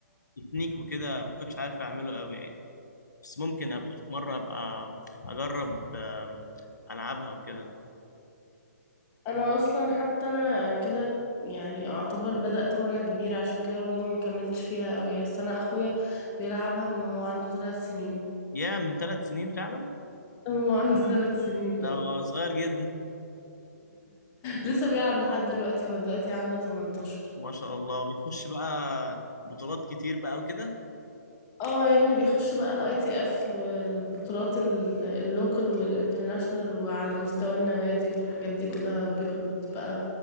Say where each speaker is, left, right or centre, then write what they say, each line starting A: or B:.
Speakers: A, on the left (about 80°); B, on the left (about 25°).
A: التكنيك وكده ما كنتش عارف اعمله قوي يعني بس ممكن ابقى في مره ابقى اجرب آم، العبها وكده
B: انا اصلا حتى انا كده يعني اعتبر بدأت وانا كبيرة عشان كده برضه ما كملتش فيها قوي بس انا اخويا بيلعبها من وهو عنده ثلاث سنين
A: يا من ثلاث سنين فعلا
B: <laughs> هو عنده ثلاث سنين اه
A: ده صغير جدا
B: لسه بيلعب لحد دلوقتي هو دلوقتي عنده 18
A: ما شاء الله بيخش بقى بطولات كتير بقى وكده
B: اه يا ابني بيخش بقى الاي تي اف والبطولات ال- اللوكال والانترناشنال وعلى مستوى النوادي والحاجات دي كلها وبياخد بقى